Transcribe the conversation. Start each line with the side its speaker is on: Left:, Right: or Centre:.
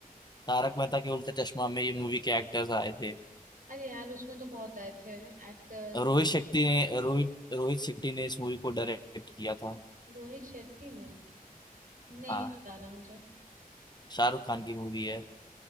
Left: तारक मेहता के उल्टा चश्मा में ये मूवी के एक्टर्स आए थे
Right: अरे यार उसमें तो बहुत आए थे एक्टर्स
Left: रोहित शेट्टी ने रोहित रोहित शेट्टी ने इस मूवी को डायरेक्ट किया था
Right: रोहित शेट्टी ने नहीं
Left: हाँ
Right: याद आ रहा मुझे
Left: शाहरुख खान की मूवी है